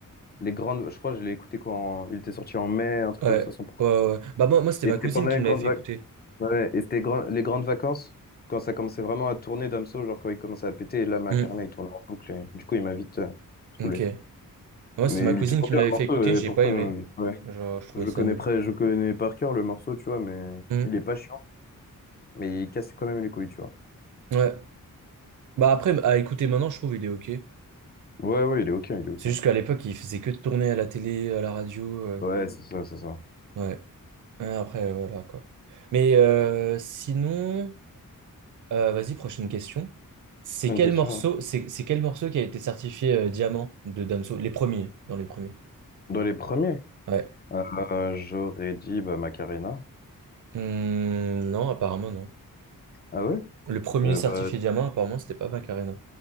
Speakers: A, on the left; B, on the right.
A: les grandes. Je crois que je l'ai écouté quoi. en- Il était sorti en mai, un truc
B: ouais,
A: comme ça. Son... pro-
B: ouais. Bah, moi, moi c'était
A: Et
B: ma
A: Ah, c'était
B: cousine
A: pendant
B: qui
A: les
B: me
A: grandes
B: l'avait fait
A: vacances.
B: écouter.
A: Ouais, et c'était grand- les grandes vacances, quand ça commençait vraiment à tourner Damso, genre quand il commençait à péter. Et là, Macarena,
B: Hmm,
A: il tournait en boucle. Et... Du coup, il m'a vite euh,
B: ok.
A: saoulé.
B: Ouais,
A: Mais
B: c'était ma
A: il
B: cousine
A: est toujours
B: qui
A: bien
B: me l'avait
A: le morceau.
B: fait écouter, j'ai
A: Et pourtant,
B: pas aimé.
A: euh, ouais.
B: Genre, je trouvais
A: Je
B: ça
A: le connais
B: nul.
A: près... je connais par cœur le morceau, tu vois. Mais
B: Hmm.
A: il est pas chiant. Mais il casse quand même les couilles, tu vois.
B: Ouais. Bah après, à écouter maintenant, je trouve il est ok.
A: Ouais, ouais, il est ok, il est ok.
B: C'est juste qu'à l'époque, il faisait que de tourner à la télé, à la radio. euh,
A: Ouais, c'est ça, c'est ça.
B: Ouais. Ouais, Après, euh, voilà quoi. Mais euh, sinon, euh, vas-y, prochaine question. C'est
A: Prochaine
B: quel
A: question.
B: morceau,
A: ouais.
B: c'est c'est quel morceau qui a été certifié euh, diamant de Damso? Les premiers, dans les premiers.
A: Dans les premiers.
B: Ouais.
A: Euh, j'aurais dit bah, Macarena.
B: Hmm, non, apparemment non.
A: Ah ouais?
B: Le premier
A: Euh,
B: certifié
A: bah,
B: diamant, apparemment, c'était pas Macarena.